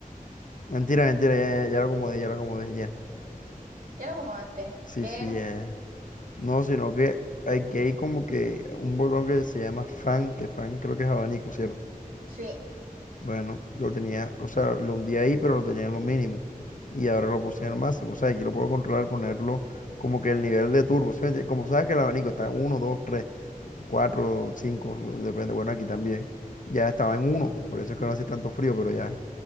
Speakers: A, on the left; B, on the right.
A: Mentira, mentira, ya, ya, ya lo acomodé, ya lo acomodé, ya.
B: Ya lo acomodaste.
A: Sí,
B: ¿Qué
A: sí,
B: era?
A: ya. No, sino que aquí hay como que un botón que se llama fan, que fan creo que es abanico, ¿cierto?
B: Sí.
A: Bueno, lo tenía, o sea, lo hundí ahí, pero lo tenía en lo mínimo. Y ahora lo puse en el máximo. O sea, aquí lo puedo controlar, ponerlo como que el nivel de turbo. ¿sí me entiendes? Como sabes que el abanico está uno dos tres cuatro cinco depende. Bueno, aquí también. Ya estaba en uno por eso es que no hace tanto frío, pero ya.